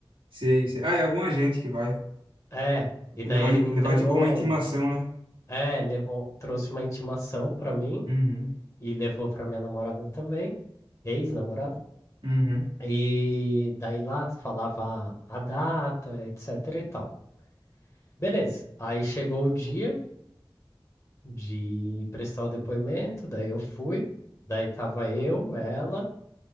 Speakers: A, on the right (about 80°); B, on the left (about 35°).
A: Sei, sei. Ah, é alguma gente que vai
B: É, e
A: levar,
B: daí ele me entregou.
A: levar tipo uma intimação,
B: um-
A: né?
B: É, levou, trouxe uma intimação para mim
A: Uhum.
B: e levou para minha namorada também, ex-namorada.
A: Uhum.
B: E daí lá falava a data, etc e tal. Beleza, aí chegou o dia. de prestar o depoimento, daí eu fui, daí tava eu, ela,